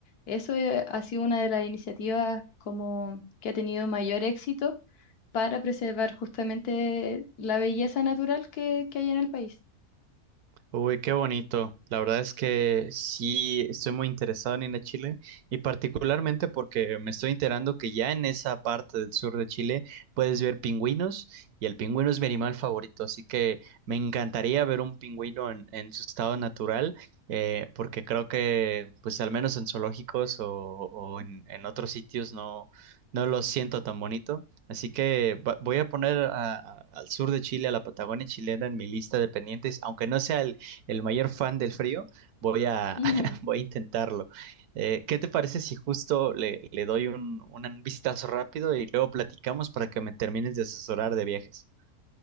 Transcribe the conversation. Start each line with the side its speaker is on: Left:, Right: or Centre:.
Left: eso eh, ha sido una de las iniciativas como que ha tenido mayor éxito para preservar justamente la belleza natural que, que hay en el país.
Right: Uy, qué bonito. La verdad es que sí estoy muy interesado en ir a Chile y particularmente porque me estoy enterando que ya en esa parte del sur de Chile puedes ver pingüinos y el pingüino es mi animal favorito, así que me encantaría ver un pingüino en, en su estado natural eh, porque creo que pues al menos en zoológicos o, o en, en otros sitios no, no lo siento tan bonito. Así que va- voy a poner a- a- al sur de Chile, a la Patagonia chilena en mi lista de pendientes, aunque no sea el, el mayor fan del frío, voy a,
Left: Ujú.
Right: <laughs> voy a intentarlo. Eh, ¿qué te parece si justo le, le doy un, un vistazo rápido y luego platicamos para que me termines de asesorar de viajes?